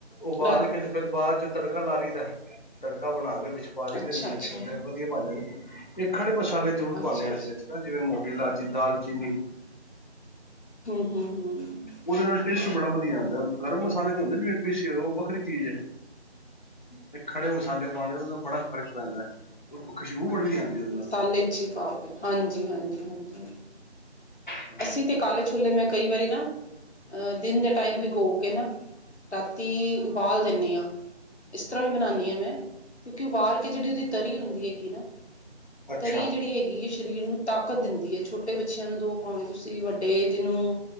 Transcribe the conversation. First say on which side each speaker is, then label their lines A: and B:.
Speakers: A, on the left; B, on the left.
A: ਉਬਾਲ
B: ਰਾਤ
A: ਕੇ ਫੇਰ ਬਾਅਦ ਚ ਤੜਕਾ ਲਾ ਲਈ ਦਾ, ਤੜਕਾ ਬਣਾ ਕੇ ਵਿੱਚ ਪਾ ਦਈਦਾ
B: ਅੱਛਾ
A: ਦਿਨ
B: ਅੱਛਾ
A: ਛੋਡੇ ਵਧੀਆ ਬਣ ਜਾਂਦੇ ਇਹ ਖੜੇ ਮਸਾਲੇ ਜ਼ਰੂਰ
B: ਅੱਛਾ
A: ਪਾਉਂਦੇ ਹਾਂ, ਅਸੀਂ
B: ਅੱਛਾ
A: ਵਿੱਚ ਜਿਵੇਂ ਮੋਟੀ ਇਲਾਚੀ ਦਾਲ ਚੀਨੀ
B: ਹੂੰ-ਹੂੰ-ਹੂੰ,
A: ਉਹਦੇ ਨਾਲ ਟੇਸਟ ਬੜਾ ਵਧੀਆ ਆਂਦਾ ਗਰਮ ਮਸਾਲੇ ਤੇ ਹੁੰਦੇ ਜਿਵੇਂ ਪੀਸੀ ਹੋ ਉਹ ਵੱਖਰੀ ਚੀਜ਼ ਹੈ। ਤੇ ਖੜੇ ਮਸਾਲੇ ਪਾਣੇ ਉਹ ਨਾਲ ਬੜਾ ਫ਼ਰਕ ਪੈਂਦਾ ਉਹ ਖੁਸ਼ਬੂ ਬੜੀ ਆਉਂਦੀ
B: ਮਸਾਲੇ
A: ਉਹਦੇ
B: ਅੱਛੀ ਪਾ ਕੇ ਹਾਂਜੀ, ਹਾਂਜੀ, ਹਾਂਜੀ।
A: ਨਾਲ
B: ਅੱਸੀ ਤੇ ਕਾਲੇ ਛੋਲੇ ਐ, ਮੈਂ ਕਈ ਵਾਰੀ ਨਾ ਦਿਨ ਦੇ ਟਾਈਮ ਭਕੋ ਕੇ ਨਾ ਰਾਤੀ ਉਬਾਲ ਦਿੰਨੀ ਹਾਂ। ਇਸ ਤਰਾ ਵੀ ਬਨਾਨੀ ਆ, ਮੈਂ ਕਿਉਕਿ ਉਬਾਲ ਕੇ ਜੇੜੀ ਉਦੀ ਤਰੀ ਹੁੰਦੀ ਹੈਗੀ ਏਨਾ
A: ਅੱਛਾ
B: ਤਰੀ ਜੇੜੀ ਹੈਗੀ, ਏ ਸ਼ਰੀਰ ਨੂੰ ਤਾਕਤ ਦਿੰਦੀ ਏ, ਛੋਟੇ ਬੱਚਯਾ ਨੂੰ ਦੋ। ਪਾਵੇਂ ਤੁਸੀ ਵੱਡੇ ਜਿਨੂੰ